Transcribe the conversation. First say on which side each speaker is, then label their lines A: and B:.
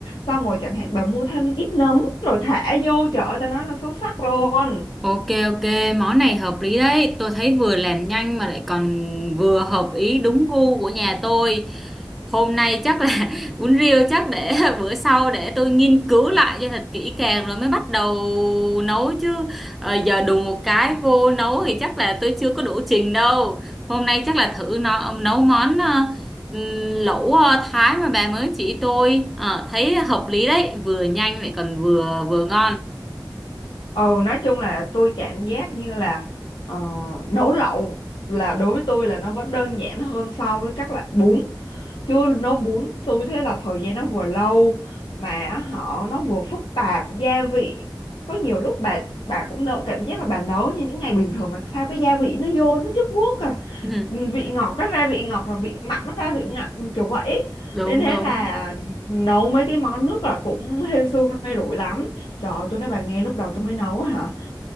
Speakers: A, on the left; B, in the centre.
A: xong rồi chẳng hạn bà mua thêm ít nấm rồi thả vô trời ơi ta nói là xuất sắc luôn
B: ok ok món này hợp lý đấy tôi thấy vừa làm nhanh mà lại còn vừa hợp ý đúng gu của nhà tôi hôm nay chắc là <laughs> uống rượu chắc để <laughs> bữa sau để tôi nghiên cứu lại cho thật kỹ càng rồi mới bắt đầu nấu chứ ờ, giờ đùng một cái vô nấu thì chắc là tôi chưa có đủ trình đâu hôm nay chắc là thử nó nấu món ờ, ừm, lẩu ờ, Thái mà bà mới chỉ tôi Ờ, thấy hợp lý đấy vừa nhanh lại còn vừa vừa ngon
A: ừ nói chung là tôi cảm giác như là ờ, nấu lẩu là đối với tôi là nó vẫn đơn giản hơn so với các loại bún chưa nấu bún tôi thấy là thời gian nó vừa lâu mà họ nó vừa phức tạp gia vị có nhiều lúc bà bà cũng nấu cảm giác là bà nấu như những ngày bình thường mà sao cái gia vị nó vô nó chất guốc à
B: <laughs>
A: Ừ, vị ngọt nó ra vị ngọt và vị mặn nó ra vị mặn kiểu vậy
B: đúng
A: nên thế
B: đúng
A: là nấu mấy cái món nước là cũng hên xui may rủi lắm trời ơi tôi nói bà nghe lúc đầu tôi mới nấu á hả